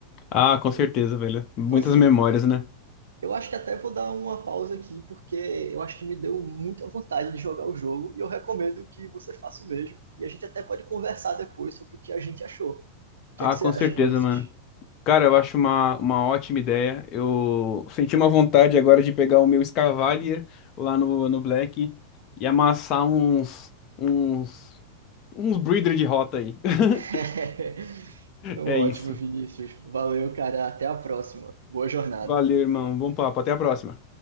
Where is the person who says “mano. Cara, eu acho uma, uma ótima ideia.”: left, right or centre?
Left